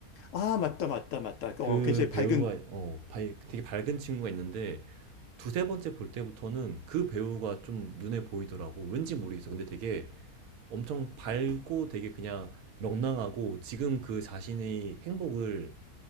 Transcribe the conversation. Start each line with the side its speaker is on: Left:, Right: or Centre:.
Left: 아, 맞다, 맞다, 맞다.
Right: 그
Left: 어, 굉장히 밝은,
Right: 배우가 어, 발- 되게 밝은 친구가 있는데 두세 번째 볼 때부터는 그 배우가 좀 눈에 보이더라고. 왠지 모르겠어. 근데 되게 엄청 밝고 되게 그냥 명랑하고 지금 그 자신의 행복을